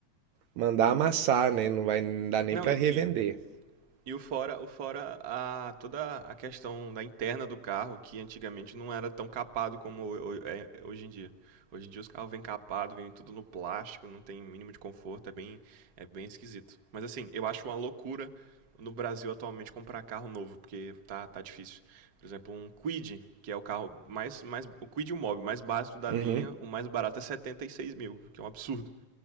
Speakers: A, on the right (about 75°); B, on the right (about 40°).
A: mandar amassar, né? Não vai dar nem
B: Não,
A: para
B: e,
A: revender.
B: e E o fora, o fora a, toda a questão da interna do carro, que antigamente não era tão capado como ho- ho- é hoje em dia. Hoje em dia os carros vêm capado, vêm tudo no plástico, não tem mínimo de conforto, é bem, é bem esquisito. Mas assim, eu acho uma loucura no Brasil atualmente comprar carro novo, porque tá, tá difícil. Por exemplo, um Kwid, que é o carro mais, mais, o Kwid e o Mob mais básico da
A: Uhum.
B: linha, o mais barato é 76 mil, que é um absurdo.